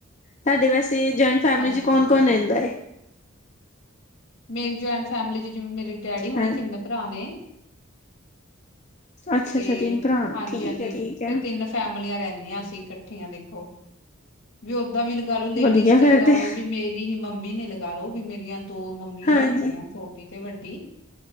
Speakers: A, on the left; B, on the left.
A: ਤੁਆਡੇ ਵੈਸੇ ਜੁਆਇੰਟ ਫੈਮਿਲੀ
B: ਹਾਂਜੀ
A: ਚ
B: ਹਾਂਜੀ
A: ਕੌਨ-ਕੌਨ ਰੈਂਦਾ ਏ।
B: ਮੇਰੀ ਜੁਆਇੰਟ ਫੈਮਿਲੀ ਚ ਜਿਵੇਂ ਮੇਰੇ ਡੈਡੀ ਹੋਨੀ
A: ਹੈ
B: ਤਿੰਨ ਭਰਾ ਨੇ।
A: ਅੱਛਾ
B: ਤੇ
A: ਅੱਛਾ ਤਿੰਨ ਭਰਾ ਨੇ
B: ਹਾਂਜੀ-ਹਾਂਜੀ,
A: ਠੀਕ ਹੈ ਠੀਕ ਹੈ
B: ਫਿਰ ਤਿੰਨ ਫੈਮਲੀਆਂ ਰੈਂਨੇ ਆਂ ਅਸੀਂ ਕੱਠੀਆਂ ਦੇਖੋ। ਵੀ ਓਦਾਂ ਵੀ ਲਗਾ ਲੋ ਲੇਡੀਜ਼
A: ਵਧੀਆ
B: ਚ
A: ਫੇਰ
B: ਲਗਾ
A: ਤੇ
B: ਲੋ ਵੀ ਮੇਰੀ ਹੀ ਮੰਮੀ ਨੇ ਲਗਾ ਲੋ ਵੀ ਮੇਰੀਆਂ ਦੋ ਮੰਮੀਆਂ
A: ਹਾਂਜੀ
B: ਨੀ ਹੈਗੀਆਂ ਛੋਟੀ ਤੇ ਵੱਡੀ,